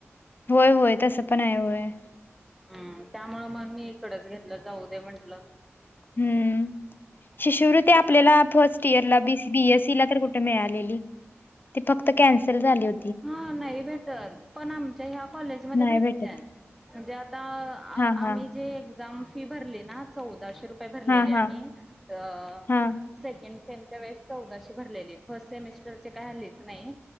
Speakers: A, on the left (about 45°); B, in the centre.
A: होय होय तसं पण हाय होय.
B: ह्म त्यामुळं मग मी इकडचं घेतलं, जाऊदे म्हटलं.
A: हं शिशुवृत्ती आपल्याला फस्ट ईयरला बीस बी. एस. ई ला तर कुट त मिळालेली, ती फक्त कॅन्सल झाली होत.
B: हं नाई भेटत, पण आमच्या ह्या कॉलेजमध्ये
A: नाही
B: भेटत्या.
A: भेटत
B: म्हणजे आता
A: हा हा
B: आम्ही जे एक्झाम फी भरली ना, चौदाशे रुपये भरलेले
A: हा
B: आम्ही
A: हा
B: तं
A: हा
B: सेकेंड सेम च्या वेळेस चौदाशे भरलेली, फर्स्ट सेमिस्टरची काय आलेच नाही.